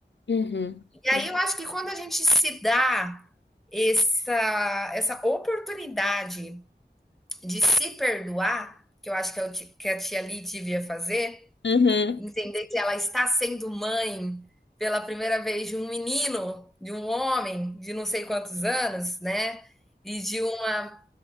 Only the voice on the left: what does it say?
Uhum.
Com
Uhum.